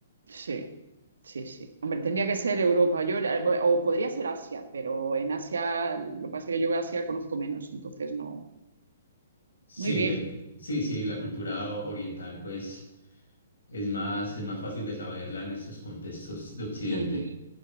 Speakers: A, on the right; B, on the left.
A: Sí, sí, sí. Hombre, tendría que ser Europa, yo, eh, bu- o podría ser Asia, pero en Asia, lo que pasa es que yo Asia conozco menos, entonces no.
B: Sí,
A: Muy bien.
B: eh, sí, sí, la cultura o- oriental, pues, es más, es más fácil de saberla en estos contextos de Occidente.
A: <laughs> Ujú,